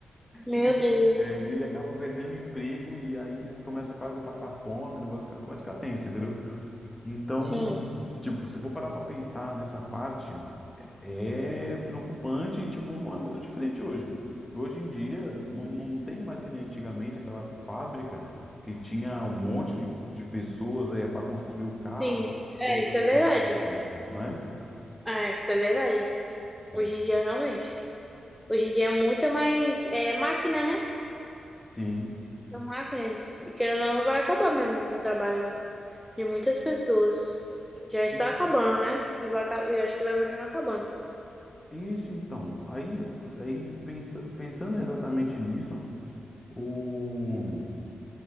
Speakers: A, in the centre; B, on the left (about 15°).
A: Meu
B: E, ele-
A: Deus.
B: é, e ele acaba perdendo o emprego e aí eles começam quase a passar fome, o negócio fica- começa a ficar tenso, entendeu? Então,
A: Sim,
B: tipo, se eu for parar para pensar nessa parte. É preocupante e, tipo, não é muito diferente hoje. Hoje em dia, não, não tem mais que nem antigamente aquelas fábricas que tinha um monte de, de pessoas é, para construir o carro,
A: sim. É,
B: colocando
A: isso é
B: peça
A: verdade.
B: por peça, né?
A: É, isso é verdade.
B: Sim.
A: Hoje em dia, realmente. Hoje em dia é muita mais é, máquina, né?
B: Sim.
A: São máquinas. E querendo ou não, vai acabar mesmo com o trabalho de muitas pessoas. Já
B: Sim.
A: está acabando, né? E vai, aca- e acho que vai continuar acabando.
B: Isso, então. Aí, aí pensa- pensando exatamente nisso, o